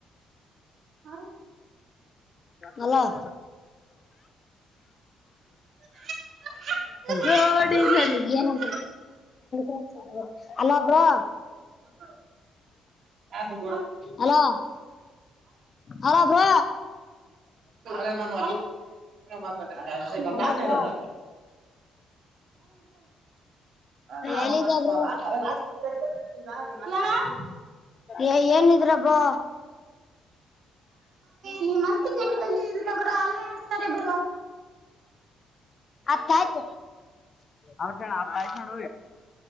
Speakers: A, on the right (about 60°); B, on the left (about 40°).
A: <inaudible>
B: ಹಲೋ <unintelligible>
A: ನಾಳೆ
B: ರೋಡಿನಲಿ <unintelligible> ಹೆಂಗ್ ಇತ್ರ ಅಲ ಬ್ರೋ
A: <unintelligible> <unintelligible> ಹಲ
B: ಅಲೋ ಅಲೋ ಬ್ರೋ
A: ಹೆ ನಾನ ಮಾತಾಂತ
B: ಅಲೋ ಬ್ರೋ
A: ನಾವ
B: ಎಲ್ಲಿದೆ
A: ಒಂದ್ ಹಚ್
B: ಬ್ರೋ
A: <unintelligible> ಏಣ.
B: ಏ ಏನಿದ್ರ ಬ್ರೊ?
A: ನಿ ಮಸ್ತಿ ಕೆಟ್ಟ ಇದ್ರಬರು ಅಲ ಹಡ್ತಾರೆ ಬ್ರೋ.
B: ಹತ್ತ ಆಯ್ತು ಅವ್ರ ಜ ಆತಾಯ ಕಣ.